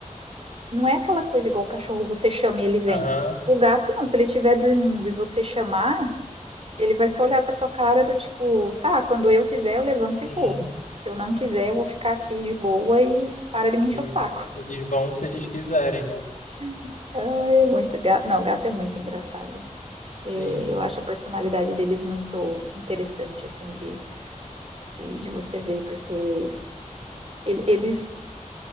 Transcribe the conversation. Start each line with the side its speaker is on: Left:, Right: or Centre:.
Right: Não é aquela coisa igual o cachorro, você chama e ele vem.
Left: Aham,
Right: O gato não, se ele estiver dormindo e você chamar, ele vai só olhar pra tua cara do tipo, tá, quando eu quiser eu levanto e
Left: Uhum.
Right: vou. Se eu não quiser, eu vou ficar aqui de boa e para de me encher
Left: E
Right: o saco.
Left: eles vão se eles quiserem, né?
Right: <laughs> Ai, é muito gato. Não, o gato é muito engraçado. É,
Left: Sim.
Right: eu acho a personalidade deles muito interessante, assim, de, de, de você ver, porque ele- eles,